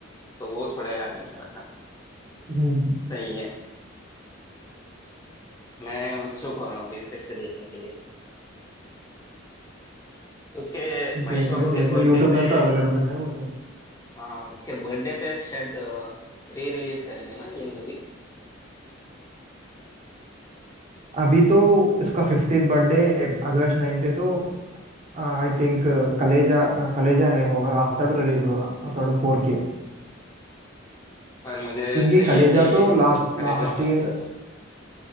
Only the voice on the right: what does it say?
हम्म
देख
ले देख
ले यूट्यूब
में तो अवेलेबल है वो तो।
अभी तो इसका फिफ्टीथ बर्थडे अगस्त नाइन पे तो आई थिंक कलेजा आ, कलेजा नहीं होगा आतड़ू रिलीज होगा आतड़ू फोर के
क्योंकि
कलेजा
तो लास्ट
लास्ट
ईयर